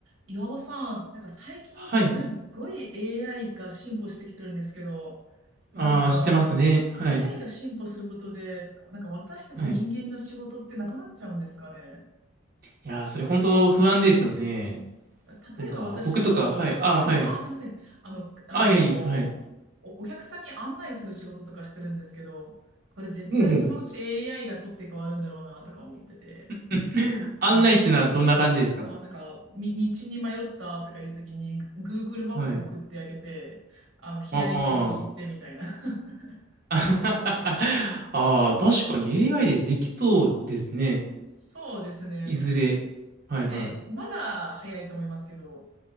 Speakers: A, on the right (about 60°); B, on the right (about 45°).
A: 岩尾さん、なんか最近すっごい
B: はい。
A: AI が進歩してきてるんですけど、なんか
B: ああ、してますね。はい。
A: AI が進歩することで、なんか私たち人間の仕事ってなくなっちゃうんですかね。
B: はい。いやー、それ本当不安ですよね。
A: 例えば私、
B: なんか、僕とか、
A: あの、
B: はい。
A: はい、
B: ああ、はい。
A: あー、すいません。あの、あのー、
B: ああ、いや、
A: お、
B: いいです。はい。
A: お客さんに案内する仕事とかしてるんですけど、これ絶対そのうち
B: ほうほう。
A: AI が取って変わるんだろうなとか思ってて。
B: <laughs> 案内っていうのはどんな感じですか
A: はい。あ、なんか、み、道に迷ったとかいうときに、グ Google マップを送ってあげて、
B: はい。
A: あの、左行って右行ってみたいな
B: ああ。
A: <laughs>
B: <laughs> ああ、
A: のとか。
B: 確かに AI でできそうですね。
A: そうですね。
B: いずれ。はいは
A: で、まだ早いと思いますけど、